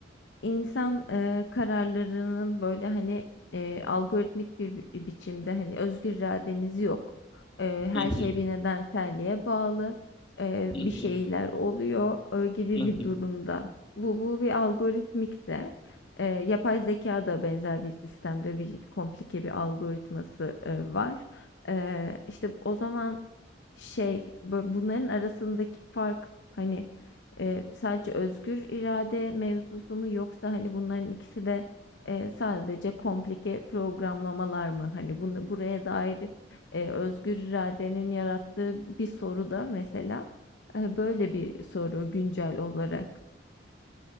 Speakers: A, on the left; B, on the left.
A: insan e, kararlarının böyle hani e, algoritmik bir bi- biçimde hani özgür irademiz yok. E,
B: Hı
A: her şey
B: hı,
A: bir nedenselliğe bağlı. e,
B: hı
A: bir
B: hı,
A: şeyler oluyor e, gibi
B: hı hı.
A: bir durumda. Bu bu bir algoritmikse e, yapay zeka da benzer bir sistemde bir, bir komplike bir algoritması e, var. E, işte o zaman şey bu- bunların arasındaki fark hani Eee, sadece özgür irade mevzusu mu yoksa hani bunların ikisi de eee, sadece komplike programlamalar mı? Hani bunu buraya dair eee, özgür iradenin yarattığı bir soru da mesela eee, böyle bir soru güncel olarak.